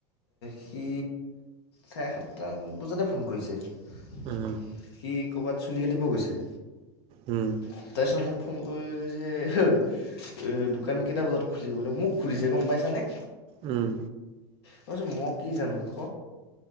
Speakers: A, on the left; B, on the right.
A: সি চাৰে সাত- সাতটাম বজাতে ফোন কৰিছে, সি
B: উম
A: ক'ৰবাত চুলি কাটিব গৈছে।
B: উমঁ।
A: তাৰপিছত মোক ফোন কৰিছে- এ দোকান কেইটা বজাত খুলিব মোক সুধিছে গম পাইছানে।
B: উমঁ।
A: মই কইছো মই কি জানো ক।